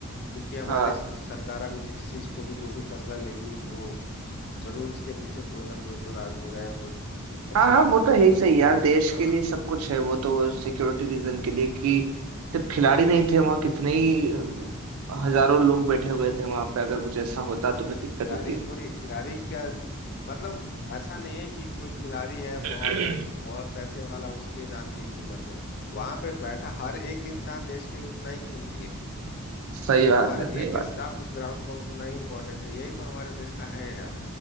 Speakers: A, on the left; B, on the right.
A: क्योंकि हमारे
B: हाँ
A: स- सरकार अभी जिस चीज को भी जो भी फैसला लेगी वो जरूर उसके पीछे कोई ना कोई तो राज होगा या कोई अच्छी
B: हाँ हाँ,
A: बात
B: वो
A: होगी
B: तो है ही सही यार देश
A: हाँ
B: के लिए सब कुछ है वो तो सिक्योरिटी रीजन के लिए कि सिर्फ खिलाड़ी नहीं थे वहाँ कितने ही अ, हजारों लोग बैठे हुए थे वहां पे अगर कुछ ऐसा होता तो फिर
A: बिल्कुल
B: दिक्कत
A: खिलाड़ी
B: होती
A: थोड़ी खिलाड़ी क्या मतलब ऐसा नहीं है कि कोई खिलाड़ी है बहुत
B: <clears throat>
A: बहुत पैसे वाला उसके जान की ही कीमत है वहां पे बैठा हर एक इंसान देश के लिए उतना ही कीमती है
B: सही बात
A: हर
B: है
A: एक
B: सही बात
A: स्टाफ उस ग्राउंड का उतना ही इम्पोर्टेंट है यही तो हमारे देश का है यार